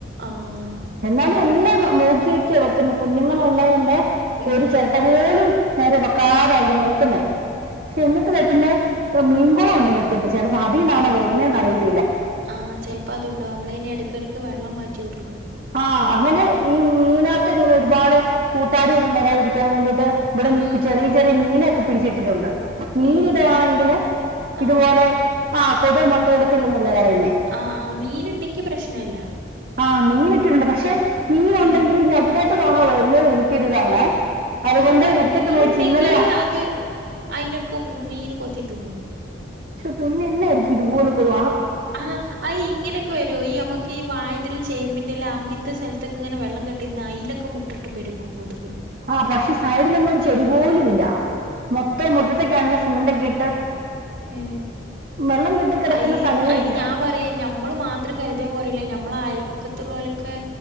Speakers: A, on the right; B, on the right.
A: ആഹ്
B: എന്നാലും
A: അതന്നെ
B: എല്ലാം നോക്കിട്ട് വെക്കുന്ന കുഞ്ഞുങ്ങളൾ ഉള്ളത് കൊണ്ട്
A: ഉം
B: ഒരു ചിരട്ട പോലും നേരെ വെക്കാതെ അവിടെ നോക്കുന്നേ പക്ഷെ എങ്ങൾക്ക് പിന്നെ മീൻകുളംുണ്ട്
A: ഇത്
B: മുറ്റ ത്ത് ചിലപ്പോ അതിയിലാണോ വരുന്നന്ന്റിയ
A: ആഹ് ചെലപ്പ അതുണ്ടാവ നമ്മള ഇെ എടുക്കടക്ക് വെള്ളം മാറ്റി കൊടുക്കും
B: ആ അങ്ങനെ ഈ മീനാത്ത് ഇങ്ങനെ ഒരുപാട് കൂത്താടി ഒന്നും വരാതിരിക്കാൻ ൻ വേണ്ടിട്ട് ഇവിടെ
A: ഉം
B: ചെറിയ ചെറിയ മീനൊക്കെ പിടിച്ചിട്ടിട്ടുണ്ട് മീനി
A: ഏഹ്
B: ടവാണെങ്കില്
A: ആഹ്
B: ഇതുപോലെ ആ് കൊതു മൊട്ടയിെടുത്തില്ലന്നല്ലേ പറയ
A: ആ ആ മീൻ ണ്ടെങ്കി പ്രശ്നല്ല
B: ആ മീൻ ഇട്ടിട്ടുണ്ട് പക്ഷെ മീൻ ഉണ്ടെങ്കിൽ
A: ഏഹ്
B: ഇനി അതിനകത്ത് തോണാൻ വരുന്ന എനിക്കൊരി ഇതാണേ അതുകൊണ്ട്
A: ഇല്ല
B: നെറ്റൊക്കെ
A: മീൻ
B: മേടിച്ച്
A: ണ്ടെങ്കില്
B: ഇന്നലെയാ
A: അത് അയിനൊക്കെ മീന് കൊത്തി തിന്നു
B: ശോ പിന്നെ എന്നാ യർക്കും ഇതുപോലെ കൊതുക്
A: ആഹ അ ഇങ്ങനെയൊക്കെ വരുമോ ഈമുക്ക് വായന്റെ ലാ ചേമ്പിൻ്റെ ലാ അങ്ങനത്തെ സ്ഥലത്തക്കെങ്ങനെ വെള്ളംെട്ടി നിന്ന് അയിലൊക്കെ മുട്ടഇട്ട് പെരുകും കൊതുക്
B: ആ പക്ഷെ സൈഡിലങ്ങും ഒരു ചെടി പോലും ഇല്ല മൊത്തം മുറ്റത്തേക്കാണുള്ള സിമന്ന്റെ കെ
A: മ്
B: വെള്ളം കെട്ടി കിടക്കുന്ന
A: അയി
B: സ്ഥലമേ
A: അതിന്
B: ഇല്ല
A: ഞാൻ പറയാ ഞമ്മള് മാത്രം കരുത്യ പോരല്ല മ്മളെ അയൽവക്കത്തുലോളൊക്കെ